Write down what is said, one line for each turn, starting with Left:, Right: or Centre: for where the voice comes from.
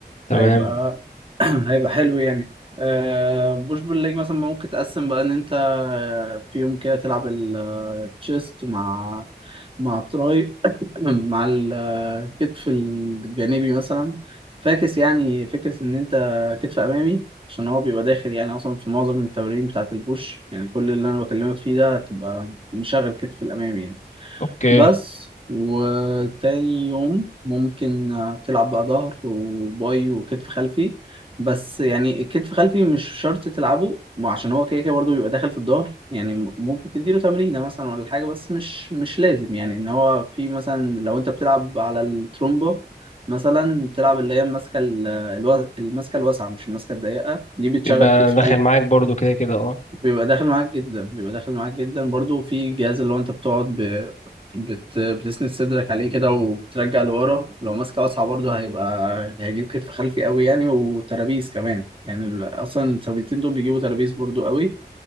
Left: تمام
Right: هيبقى <clears throat> هيبقى حلو يعني آه، بوش بول ليج مثلا ممكن تقسم بقى ان انت آه، في يوم كده تلعب التشيست مع مع تراي <clears throat> مع الكتف الجانبي مثلا فاكس يعني فكرة إن أنت كتف أمامي عشان هو بيبقى داخل يعني أصلا في معظم التمارين بتاعة البوش يعني كل اللي أنا بكلمك فيه ده هتبقى مشغل كتف الأمامي يعني
Left: اوكي
Right: بس وتاني يوم ممكن تلعب بقى ظهر وباي وكتف خلفي بس يعني الكتف خلفي مش شرط تلعبه ما عشان هو كده كده برضه بيبقى داخل في الظهر يعني ممكن تديله تمرينة مثلا ولا حاجة بس مش مش لازم يعني ان هو في مثلا لو انت بتلعب على الترومبا مثلا تلعب اللي هي الماسكة ال- الوا- الماسكة الواسعة مش الماسكة الضيقة دي بتشغل
Left: يبقى
Right: كتف
Left: داخل
Right: خلفي
Left: معاك برضه كده كده اه
Right: بيبقى داخل معاك جدا بيبقى داخل معاك جدا برضو في جهاز اللي هو انت بتقعد ب... بت... بتسند صدرك عليه كده وبترجع لورا لو ماسكه واسعه برضو هيبقى هيجيب كتف خلفي قوي يعني وترابيز كمان يعني ال- اصلا الثابتين دول بيجيبوا ترابيز برضو قوي